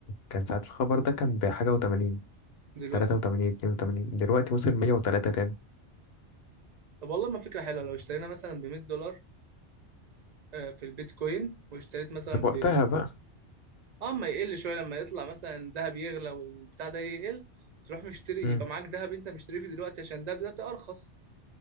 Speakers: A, on the left (about 65°); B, on the right (about 45°).
A: كان ساعة الخبر ده كان بحاجة وتمانين
B: دلوقتي
A: تلاتة وتمانين اتنين وتمانين دلوقتي وصل مية وتلاتة تاني
B: طب والله ما فكرة حلوة لو اشترينا مثلا ب 100 دولار آه، في البيتكوين واشتريت مثلا
A: بس بوقتها
B: ب
A: بقى
B: اه ما يقل شوية لما يطلع مثلا الذهب يغلى والبتاع ده يقل تروح مشتري
A: امم
B: يبقى معاك ذهب انت مشتريه في دلوقتي عشان ده دلوقتي ارخص